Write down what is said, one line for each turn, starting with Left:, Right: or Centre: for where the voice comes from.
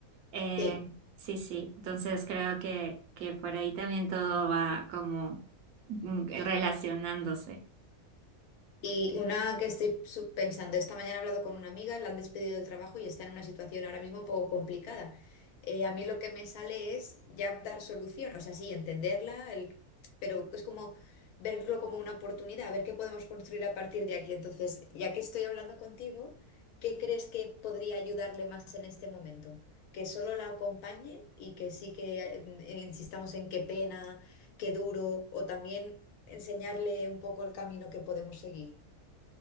Right: Eh,
Left: sí.
Right: sí, sí, entonces creo que, que por ahí también todo va como mm, relacionándose.
Left: Y una que estoy su- pensando, esta mañana he hablado con una amiga, la han despedido del trabajo y está en una situación ahora mismo un poco complicada. Eh, a mí lo que me sale es ya dar solución, o sea, sí, entenderla, el- pero es como verlo como una oportunidad, a ver qué podemos construir a partir de aquí. Entonces, ya que estoy hablando contigo, ¿qué crees que podría ayudarle más en este momento? Que solo la acompañe y que sí que eh, insistamos en qué pena, qué duro, o también enseñarle un poco el camino que podemos seguir.